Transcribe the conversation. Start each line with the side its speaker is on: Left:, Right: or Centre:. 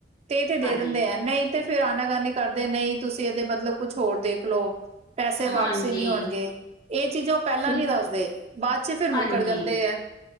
Right: ਤੇ ਤੇ ਦੇ
Left: ਹਾਂਜੀ
Right: ਦਿੰਦੇ ਆ ਨਹੀਂ ਤੇ ਫੇਰ ਆਨਾ ਕਾਨੀ ਕਰਦੇ ਨਹੀਂ ਤੁਸੀਂ ਇਹਦੇ ਬਦਲੋ ਕੁਛ ਹੋਰ ਦੇਖ ਲੋ। ਪੈਸੇ
Left: ਹਾਂਜੀ
Right: ਵਾਪਸੀ ਨਹੀਂ ਹੋਣਗੇ। ਇਹ ਚੀਜ਼ਾਂ ਉਹ ਪਹਿਲਾਂ
Left: ਮ-
Right: ਨੀ ਦੱਸਦੇ, ਬਾਦ ਚ ਫਿਰ ਮੁੱਕਰ
Left: ਹਾਂਜੀ
Right: ਜਾਂਦੇ ਆ।